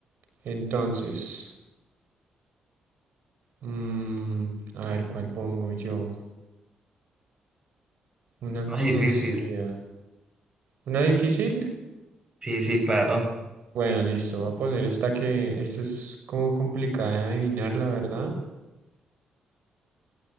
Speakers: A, on the right (about 70°); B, on the right (about 25°).
A: Entonces, mm, a ver, ¿cuál pongo yo? Una conocida.
B: Más difícil.
A: ¿Una difícil?
B: Sí, sí, claro.
A: Bueno, listo, voy a poner esta que, esta es como complicada de adivinar, la verdad.